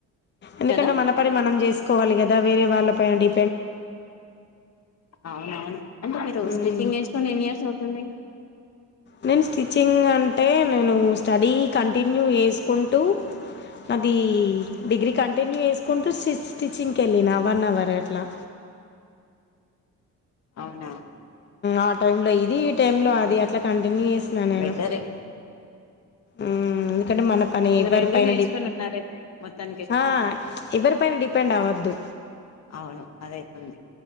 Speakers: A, on the left (about 35°); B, on the left (about 60°).
A: ఎందుకంటే
B: కదా
A: మన పని మనం చేసుకోవాలి కదా వేరే వాళ్ళ పన డి
B: అవునవును అంటే మీరు
A: మ్మ్
B: స్టిచ్చింగ్ వేసుకొని ఎన్ని ఇయర్స్ అవుతుంది
A: నేను స్టిచ్చింగ్ అంటే నేను స్టడీ కంటిన్యూ చేసుకుంటూ నాది డిగ్రీ కంట కన్ వసుకుంటూ స్టింగ్ వెళ్ళిన వన్ అవర్ అట్లా
B: అవునా
A: ఆ టై లో ఇది ఈ టైమ్ లో అది అట్లా కంటిన్యూ చేసినా నేను
B: బెటరే
A: మ్మ్ ఎందుకంటే మన పని ఇవ్వరి
B: రెండు
A: పైన
B: నేర్చుకొని ఉన్నారైతే మొత్తానికైతే
A: ఆ ఎవరి పైన డిపెండ్ అవద్దు
B: అవును అదైతుంది